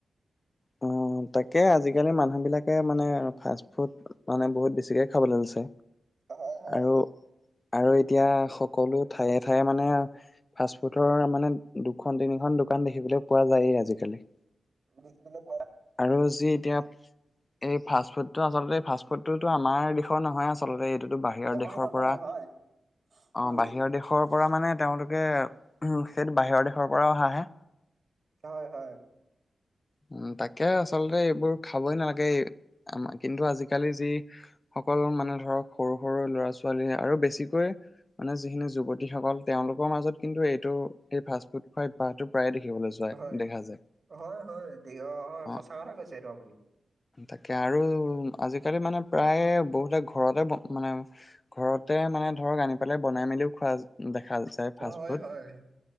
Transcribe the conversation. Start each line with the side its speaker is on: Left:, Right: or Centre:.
Left: <inaudible> তাকে আজিকালি মানুহ বিলাকে মানে ফাষ্টফুড মানে বহুত বেছিকে খাবলৈ লৈছে।
Right: হয়, হয়।
Left: আৰু আৰু এতিয়া সকলো ঠায়ে-ঠায়ে মানে, ফাষ্টফুডৰ মানে দুখন তিনিখন দোকান দে দেখিবলে পোৱা যায়েই আজিকালি।
Right: দিখ বিলাক
Left: আৰু যি এতিয়া এই ফাষ্টফুডটো আচলতে এই ফাষ্ট ফুডটো তো আমাৰ দেশৰ নহয় আচলতে এইটো বাহিৰৰ
Right: নহয়,
Left: দেশৰ
Right: নহয়,
Left: পৰা
Right: হয়,
Left: অ',
Right: উম,
Left: বাহিৰৰ দেশৰ পৰা মানে তেওঁলোকে উম, সেইটো বাহিৰৰ দেশৰ পৰা অহা হে।
Right: হয়-হয়।
Left: উম, তাকে আচলতে এইবোৰ খাবই নালাগে আমাক কিন্তু আজিকালি যি সকলো মানে ধৰক, সৰু-সৰু ল'ৰা ছোৱালী আৰু বেছিকৈ মানে যিখিনি যুৱতীসকল তেওঁলোকৰ মাজত কিন্তু এইটো এই ফাষ্ট ফুড খোৱা অভ্যাসতো প্ৰায় দেখি দেখিবলৈ যায়,
Right: হয়,
Left: দেখা যায়।
Right: হয় হয়,
Left: অ',
Right: সঁচা কথা কৈছে এইটো আপুনি।
Left: তাকে আৰু আজিকালি মানে প্ৰায়ে বহুতে ঘৰতে ব মানে ঘৰতে মানে ধৰক আনি পেলাই বনাই মেলিও খোৱা দেখা যায় ফাষ্টফুড।
Right: হয়, হয়,